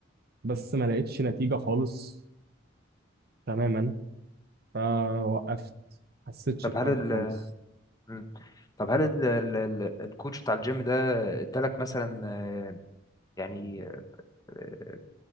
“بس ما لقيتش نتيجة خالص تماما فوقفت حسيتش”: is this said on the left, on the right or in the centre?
Right